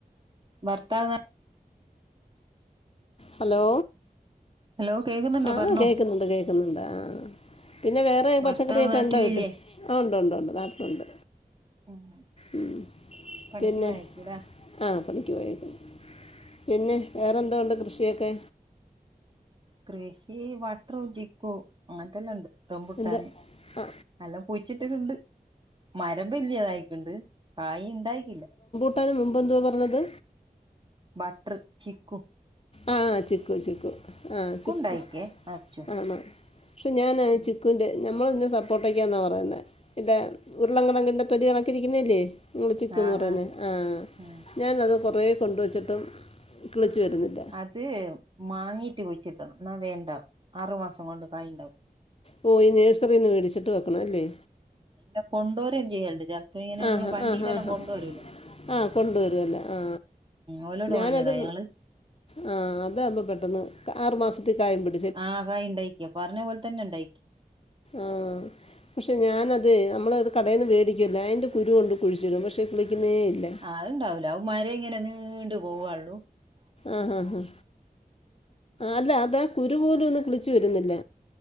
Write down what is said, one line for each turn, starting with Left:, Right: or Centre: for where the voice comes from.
Right: വർത്തവ്
Left: ഹലോ
Right: ഹലോ കേൾക്കുന്നുണ്ട്
Left: ആഹ്
Right: പറഞ്ഞോ
Left: കേൾക്കുന്നുണ്ട് കേക്കുന്നുണ്ട് ആഹ് പിന്നെ വേറെ
Right: ഭർത്താവ്
Left: പച്ചക്കറൊക്കെ
Right: നാട്ടിലില്ലേ
Left: ഇണ്ടോ വീട്ട് ആ ഉണ്ട് ഉണ്ട് ഉണ്ട് നാട്ടിലുണ്ട്
Right: ഉം
Left: ഉം
Right: പണിക്ക്
Left: പിന്നെ
Right: പോയായിരിക്കുംല്ലേ
Left: ആ പണിക്ക് പോയക്കത് പിന്നെ വേറെന്ത് ഉണ്ട് കൃഷിയൊക്കെ
Right: കൃഷി വട്ടറോ ജിക്കോ അങ്ങനത്തെല്ലാം ഇണ്ട് റംപുട്ടാന്
Left: എന്താ ആ
Right: എല്ലാം കുയിച്ചിട്ടുണ്ട് മരം വലിയതായിട്ടണ്ട് കായ് ഇണ്ടായിക്കില്ല
Left: പട്ടാും മുമ്പന്തുവാ പറഞ്ഞത്
Right: ബട്ടർ ചിക്കു
Left: ആഹ് ചിക്കു ചിക്കു ആഹ് ചിക്കു
Right: ഉണ്ടായിക്കേ നറച്ചു
Left: ആമ പക്ഷെ ഞാൻ
Right: ഉം
Left: ചിക്കുന്റെ നമ്മള് ഇന്ന സപ്പോർട്ട്ക്കാന്നാ പറയുന്ന ഇല്ല ഉരുളകണക്കിന്റെ തൊലി കണക്കിരിക്കുന്നല്ലേ നിങ്ങള്ച്ചിക്കൂന്ന്
Right: ആഹാ
Left: പറയുന്നത് ആഹ്
Right: ഉം
Left: ഞാനത് കൊറേ കൊണ്ടുവച്ചിട്ടും കിളിച്ച് വരുന്നില്ല
Right: അത് മാങ്ങീട്ട് കുയിച്ചിട്ടണം എന്നാ വേണ്ടാവും ആറുമാസം കൊണ്ട് കായിണ്ടാവും
Left: പോയി നേഴ്സറി നിന്ന് മേടിച്ചിട്ട് വെക്കണം അല്ലേ
Right: ഇല്ലെ കൊണ്ടോരം ചെയ്യൽണ്ട് ചെലപ്പോ ഇങ്ങന നമ്മള
Left: ആഹാ
Right: വണ്ടിയിലെല്ലാം
Left: ആഹാ ആഹാ
Right: കൊണ്ട് വരൂല്ലേ
Left: ആ കൊണ്ടുവരു അല്ലേ ആ
Right: ഓലോട്
Left: ഞാനത്
Right: വാങ്ങിയതാ ഞങ്ങള്
Left: ആ അതാവുമ്പോ പെട്ടെന്ന് ആറു മാസത്തേക്ക് ക്കായ് പിടിക്കും
Right: ആഹ കായ് ണ്ടായിക്കി പറഞ്ഞ പോലെ തന്നെണ്ടായിക്കി
Left: ആഹ് പക്ഷേ ഞാനത് നമ്മളത് കടയിൽന്ന് വേടിക്കൊമല്ല അതിൻ്റെ കുരു കൊണ്ട് കുഴിച്ചിടും പക്ഷേ കിളിക്കുന്നേ ഇല്ല
Right: അത് ഇണ്ടാവൂല അത് മരം ഇങ്ങനെ നീണ്ടു പോവള്ളു
Left: ആഹ് ആഹാ അല്ല അതാ കുരു പോലും ഒന്നും കിളിച്ചു വരുന്നില്ല